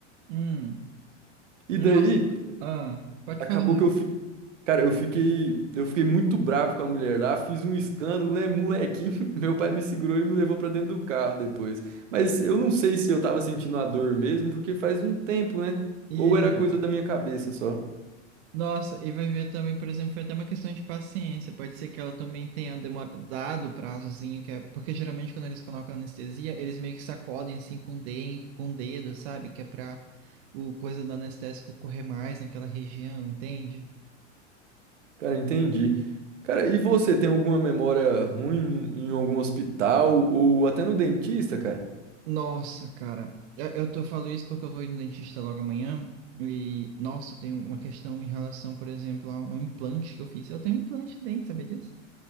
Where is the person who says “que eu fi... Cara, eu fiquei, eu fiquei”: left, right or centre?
Right